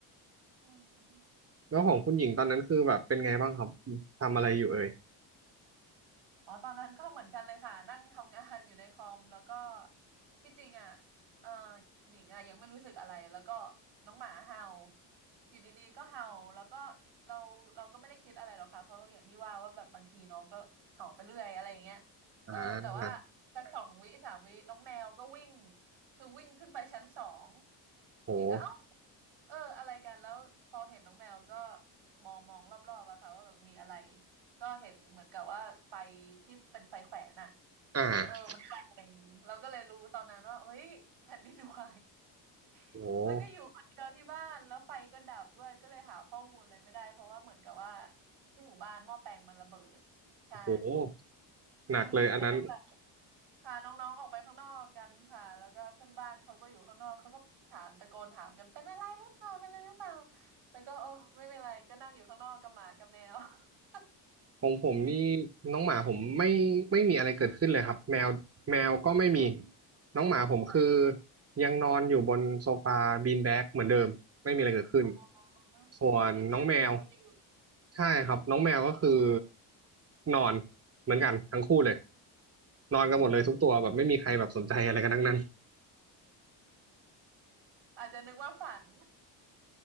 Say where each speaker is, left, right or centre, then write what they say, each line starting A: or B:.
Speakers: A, on the right; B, on the right.
A: อืม <laughs>
B: แล้วของคุณหญิงตอนนั้นคือแบบเป็นไงบ้างครับทำอะไรอยู่เอ่ย
A: อ๋อตอนนั้นก็เหมือนกันเลยค่ะนั่งทำงานอยู่ในคอมแล้วก็ที่จริงอ่ะเออหญิงอ่ะยังไม่รู้สึกอะไรแล้วก็น้องหมาเห่าอยู่ดีๆก็เห่าแล้วก็เราเราก็ไม่ได้คิดอะไรหรอกค่ะเพราะอย่างที่ว่าว่าแบบบางทีน้องก็เห่าไปเรื่อยอะไรอย่างเงี้ย
B: อ่
A: เออแต่ว่าสักสองวิสามวิน้องแมวก็วิ่ง
B: า
A: คือวิ่งขึ้นไปชั้นสอง
B: โห
A: หญิงก็เอ้าเอออะไรกันแล้วพอเห็นน้องแมวก็มองมองรอบๆอะค่ะว่าแบบมีอะไร ก็เห็นเหมือนกับว่าไฟที่เป็นไฟแขวนอะ
B: อ่า
A: เออมันแกว่งเราก็เลยรู้ตอนนั้นว่าเฮ้ยแผ่นดินไหว <laughs>
B: โห
A: แล้วก็อยู่คนเดียวที่บ้านแล้วไฟก็ดับด้วยก็เลยหาข้อมูลอะไรไม่ได้เพราะว่าเหมือนกับว่าที่หมู่บ้านหม้อแปลงมันระเบิดใช่
B: โห
A: อืมก็เลยแบบ
B: หนักเลยอันนั้น
A: พาน้องๆออกไปข้างนอกกันค่ะแล้วก็เพื่อนบ้านเขาก็อยู่ข้างนอกเขาก็ถามตะโกนถามกันเป็นอะไรหรือเปล่าเป็นอะไรหรือเปล่าแล้วก็โอ้ไม่เป็นไรก็นั่งอยู่ข้างนอกกับหมากับแมว <laughs>
B: ของผมนี่น้องหมาผมไม่ไม่มีอะไรเกิดขึ้นเลยครับแมวแมวก็ไม่มีน้องหมาผมคือ
A: โอ้
B: ยังนอนอยู่บนโซฟาบีนแบกเหมือนเดิมไม่มีอะไรเกิดขึ้น
A: โอ้
B: ส่วนน้องแมว
A: ยังชิวๆอยู่
B: ใช่ครับน้องแมวก็คือนอนเหมือนกันทั้งคู่เลยนอนกันหมดเลยทุกตัวแบบไม่มีใครแบบสนใจอะไรกันทั้งนั้น
A: อืมอาจจะนึกว่าฝัน